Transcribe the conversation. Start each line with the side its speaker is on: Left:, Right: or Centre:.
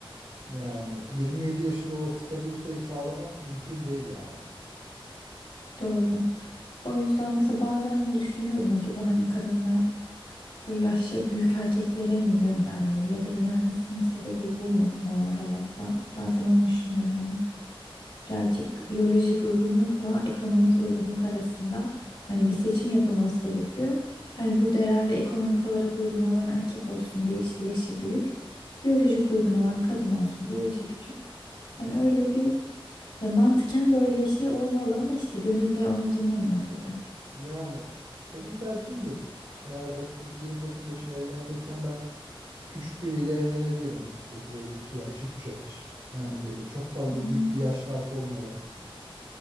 Right: Yani 27 yaşında o stabiliteyi sağlamak mümkün değil yani.
Left: Doğru. O yüzden mesela bazen düşünüyorum acaba hani kadınlar böyle yaşça büyük erkeklere mi yönelmeli ya da yönelmesinin sebebi bu mu normal hayatta? Bazen onu düşünüyorum hani. Birazcık biyolojik uygunlukla ekonomik uygunluk arasında hani bir seçim yapılması gerekiyor. Hani burada herhalde ekonomik olarak uygun olan erkek olsun diye işte yaşı büyük, biyolojik uygun olan kadın olsun diye yaşı küçük. Hani öyle bir ya mantıken böyle bir şey olmalı ama işte gönülde onu dinlemiyor tabii.
Right: Yani benim tercihim de eğer 30 29 yaşında evleneceksen ben küçük biriyle evlenebilirim açıkçası böyle 2 yaş 3 yaş. Yani böyle çok fazla
Left: Hı hı.
Right: büyük bir yaş farkı olmadan.